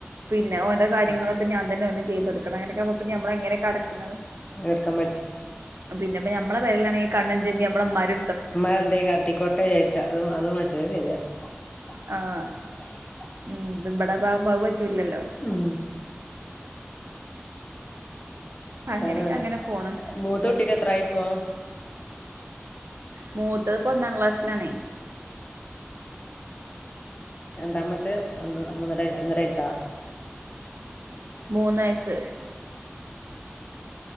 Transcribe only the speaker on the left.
ആഹ്
എക്ക
മരന്തയും കാട്ടി കൊട്ട ചേച്ച അതും അതും പറ്റുവ തല്ല <unintelligible>
ഉം
അല്ല നല്ല
മൂത്ത കുട്ടിക്ക് എത്രായിപ്പോ
രണ്ടാമത്തെ ഒന്ന് മൂന്നര ഒന്നരയസാ